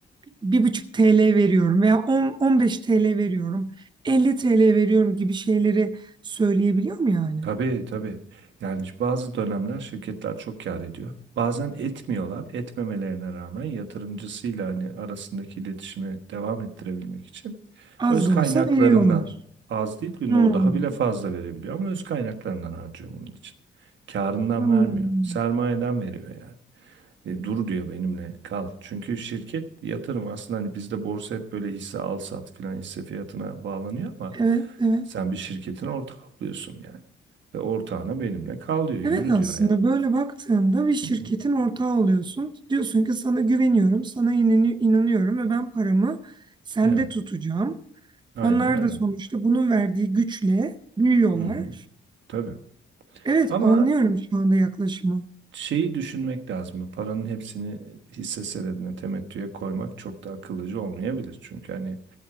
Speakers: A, on the right; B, on the right.
A: 1,5 TL veriyorum veya 10, 15 TL veriyorum, 50 TL veriyorum gibi şeyleri söyleyebiliyor mu yani?
B: Tabii tabii. Yani işte bazı dönemler şirketler çok kâr ediyor. Bazen etmiyorlar. Etmemelerine rağmen yatırımcısıyla hani arasındaki iletişimi devam ettirebilmek için
A: Az
B: öz
A: da
B: kaynaklarından
A: olsa veriyorlar.
B: az değil günde
A: Hmm,
B: o daha bile fazla verebiliyor ama öz kaynaklarından harcıyor bunun için. Kârından
A: hmm.
B: vermiyor. Sermayeden veriyor yani. E, dur diyor benimle kal. Çünkü şirket yatırım aslında hani bizde borsa hep böyle hisse al sat filan hisse fiyatına bağlanıyor ama
A: Evet, evet.
B: sen bir şirketin ortağı oluyorsun yani. Ve ortağına benimle kal diyor yürü
A: Evet aslında
B: diyor yani.
A: böyle baktığında bir şirketin
B: Hı hı.
A: ortağı oluyorsun. Diyorsun ki sana güveniyorum, sana inani- inanıyorum ve ben paramı sende
B: Evet
A: tutacağım.
B: aynen
A: Onlar
B: öyle.
A: da sonuçta bunun verdiği güçle büyüyorlar.
B: Hı hı. Tabii.
A: Evet
B: Ama
A: anlıyorum şu anda yaklaşımı.
B: şeyi düşünmek lazım. Paranın hepsini hisse senedine temettüye koymak çok da akıllıca olmayabilir. Çünkü hani